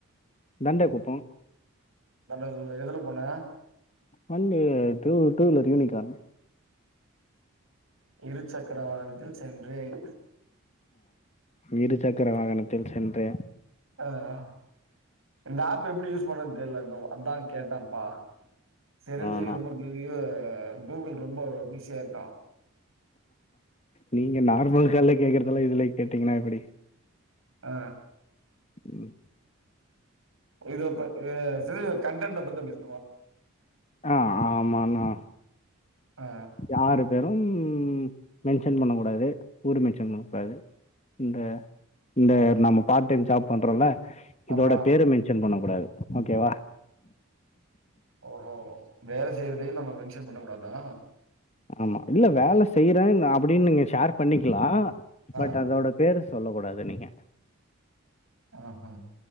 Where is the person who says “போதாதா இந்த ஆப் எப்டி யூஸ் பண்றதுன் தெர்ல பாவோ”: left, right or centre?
Right